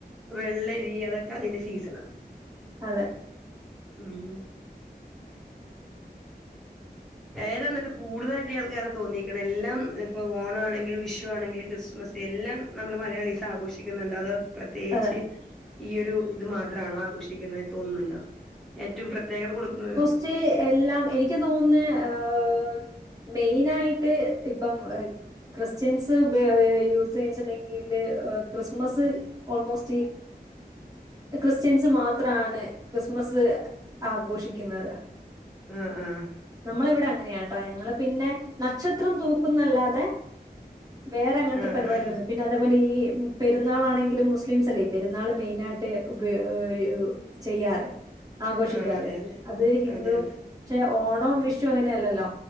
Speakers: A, in the centre; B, on the right.
A: വെള്ളരി അതൊക്കെ അതിന്റെ സീസണ.
B: അതെ
A: ഉം ഏതാ ഇന്നട്ട് കൂടുതലായിട്ട് ഇയാൾക്ക്ഏതാ തോന്നീക്ക്ണ്. എല്ലാം ഇപ്പൊ ഓണണെങ്കിലും. വിഷുവാണെങ്കിലും ക്രിസ്മസ്. എല്ലാം നമ്മടെ മലയാളീസ് ആഘോഷിക് <unintelligible> ക്കുന്നുണ്ടോ അത് പ്രത്യേകിച്ച്
B: അതെ
A: ഈ ഒരു ഇത് മാത്രാണോ ആഘോഷിക്കുന്നത് തോന്നുന്നുണ്ടോ. ഏറ്റവും പ്രത്യേകത കൊടുക്കുന്നത്.
B: ക്ഷേ എല്ലാം എനിക്ക് തോന്നുന്നേ ഏഹ്. മെയിനായിട്ട് ഇപ്പം. ക്രിസ്ത്യൻസ് ഉപ യൂസ് ചെയി <unintelligible> ങ്കില് ക്രിസ്മസ് ഓൾമോസ്റ്റ്. ഈ ക്രിസ്ത്യൻസ് മാത്രാണ് ക്രിസ്മസ് ആഘോഷിക്കുന്നത്.
A: ആഹ്. ആഹ്
B: നമ്മളെ ഇവടെ അങ്ങനെയാട്ടോ. ഞങ്ങള് പിന്നെ നക്ഷത്രം തൂക്കുന്നല്ലാതെ. വേറെ അങ്ങൻത്തെ
A: ആഹ്
B: പരിപാടിക
A: ആഹ്
B: <unintelligible> ഉ പിന്നെ അതേപോലെ ഈ പെരുന്നാളാണെങ്കിലും മുസ്ലിംസ് അല്ലേ പെരുന്നാൾ മെയിന ആയിട്ട് ഉപയോ <unintelligible> ചെയ്യാറ്. ആഘോഷിക്കാറ്.
A: ആഹ് അതെ അതെ അതെ
B: അത് ഹിന്ദു
A: അതെ
B: ച്ചെ ഓണവും വിഷു അങ്ങനെയല്ലല്ലോ.